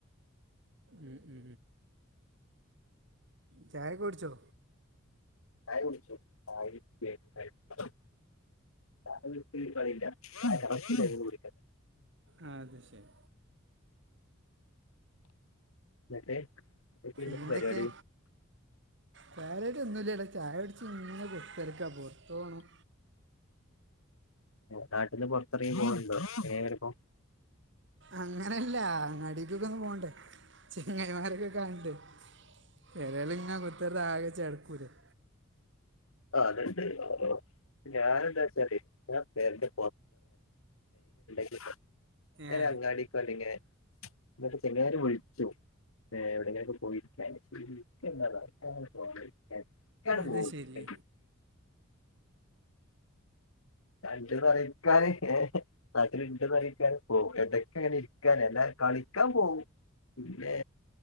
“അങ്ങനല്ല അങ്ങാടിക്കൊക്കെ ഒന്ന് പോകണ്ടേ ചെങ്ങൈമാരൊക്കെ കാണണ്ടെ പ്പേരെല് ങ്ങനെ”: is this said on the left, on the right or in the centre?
Right